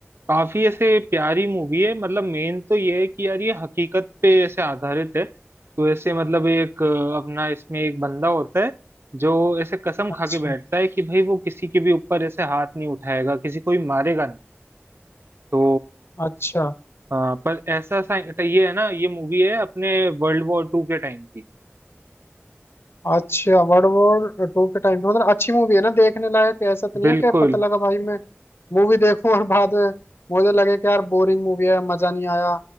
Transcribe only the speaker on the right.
काफी ऐसे प्यारी मूवी है मतलब मेन तो ये है कि यार ये हकीकत पे ऐसे आधारित है तो ऐसे मतलब एक अ, अपना इसमें एक बंदा होता है जो ऐसे कसम
खा के बैठता है कि भाई वो किसी के भी ऊपर ऐसे हाथ नहीं उठाएगा किसी को भी मारेगा नहीं तो
अ, पर ऐसा सा ये है ना ये मूवी है अपने वर्ल्ड वॉर टू के टाइम की
बिल्कुल